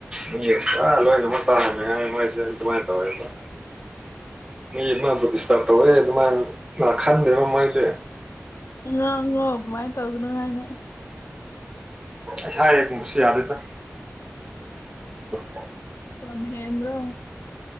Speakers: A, on the right; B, on the left.
A: ꯃꯤ ꯑꯦꯁꯇ꯭ꯔꯥ ꯂꯣꯏꯅꯃꯛ ꯇꯥꯔꯝꯃꯦ ꯃꯣꯏꯁꯦ ꯑꯗꯨꯃꯥꯏꯅ ꯇꯧꯋꯦꯕ ꯃꯤ ꯑꯃꯕꯨ ꯗꯤꯁꯇꯥꯔ ꯇꯧꯋꯦ ꯑꯗꯨꯃꯥꯏꯅ ꯈꯟꯗꯣꯏ꯭ꯕ ꯃꯣꯏꯗꯤ
B: ꯉꯥꯡꯉꯣ ꯑꯗꯨꯃꯥꯏꯅ ꯇꯧꯒꯅꯨ ꯍꯥꯏꯅ
A: <unintelligible> ꯌꯥꯗꯦꯗ <unintelligible>
B: ꯂꯝꯍꯦꯟꯕꯔꯣ